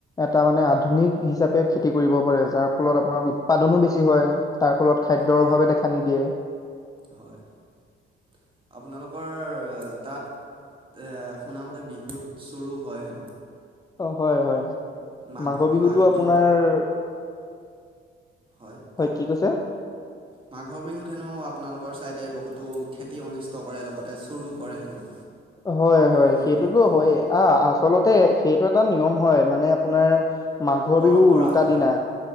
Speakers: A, on the left (about 20°); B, on the right (about 25°).
A: এটা মানে আধুনিক হিচাপে খেতি কৰিব পাৰে যাৰ ফলত আপোনাৰ উৎপাদনো বেছি হয় তাৰ- ফলত খাদ্যৰ
B: হয়
A: অভাৱে দেখা নিদিয়ে।
B: হয় আপোনালোকৰ? তাত এ শুনামতে বিহুত চুৰোঁ হয় হেনো?
A: অ হয় হয়
B: মাঘ
A: মাঘৰ বিহুতটো
B: মাঘ
A: আপোনাৰ-
B: বিহুত হয় কওক
A: কি কৈছে
B: মাঘৰ বিহুত হেনো আপোনালোক- কৰ ছাইদে বহুতো খেতি অনিষ্ট কৰে, লগতে চুৰো কৰে হেনো?
A: হয় হয়
B: শুনিবলৈ
A: সেইটোতো
B: পোৱা
A: হয়,
B: মতে
A: আহ আচলতে সেইটো এটা নিয়ম। হয় মানে আপোনাৰ- মাঘৰ
B: পৰম্পৰা
A: বিহু উৰুকা
B: হয়
A: দিনা,